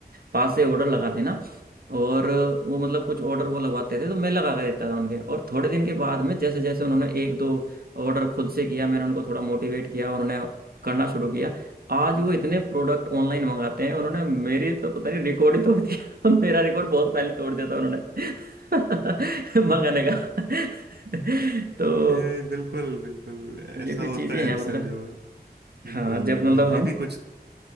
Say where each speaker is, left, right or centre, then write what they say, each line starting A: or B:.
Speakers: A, on the right (about 65°); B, on the right (about 85°).
A: पास से ऑर्डर लगा देना और वो मतलब कुछ ऑर्डर वो लगवाते थे तो मैं लगा कर देता था उनके और थोड़े दिन के बाद में जैसे जैसे उन्होंने एक दो ऑर्डर खुद से किया मैंने उनको थोड़ा मोटिवेट किया उन्होंने करना शुरू किया आज वो इतने प्रोडक्ट ऑनलाइन मंगाते हैं उन्होंने मेरे तो पता नहीं रिकॉर्ड ही तोड़ दिया <laughs> मेरा रिकॉर्ड बहुत पहले तोड़ दिया था उन्होंने <laughs> मंगाने का <laughs> तो
B: ए, बिल्कुल बिल्कुल ऐसा
A: ये भी
B: होता
A: चीजें
B: है
A: हैं
B: अक्सर
A: मतलब
B: जो बिल्कुल
A: हाँ जब मतलब
B: मैं अभी
A: हम
B: भी कुछ